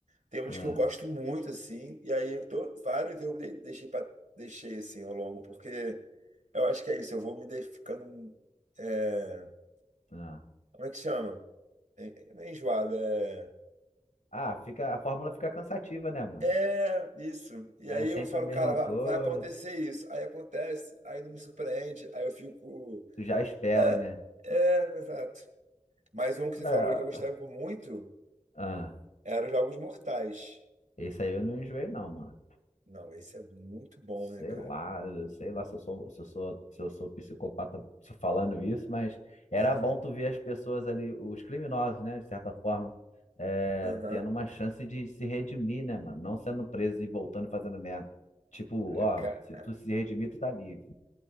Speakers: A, on the right; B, on the left.
A: tem
B: Ah,
A: uns que eu gosto muito assim, e aí eu tô- vários eu de- deixei para deixei assim ao longo, porque eu acho que é isso, eu vou me de- ficando é,
B: ah.
A: como é que chama? É, é, não é enjoado, é
B: Ah, fica, a fórmula fica cansativa, né, mano?
A: é isso. E
B: É
A: aí
B: sempre
A: eu falo,
B: a mesma
A: cara, vai,
B: coisa.
A: vai acontecer isso. Aí acontece, aí não me surpreende, aí eu fico
B: Tu já espera,
A: é,
B: né?
A: é, exato. Mas um que você
B: É,
A: falou que eu gostava muito
B: ah,
A: Era os Jogos Mortais.
B: esse aí eu não enjoei, não, mano.
A: Não, esse é muito bom,
B: Sei
A: né, cara?
B: lá, eu sei lá se eu sou, se eu sou, se eu sou psicopata se falando isso, mas era
A: <laughs>
B: bom tu ver as pessoas ali, os criminosos, né, de certa forma, é,
A: Aham.
B: tendo uma chance de se redimir, né, mano? Não sendo preso e voltando e fazendo merda. Tipo,
A: É,
B: ó,
A: ca-
B: se tu se redimir, tu tá livre.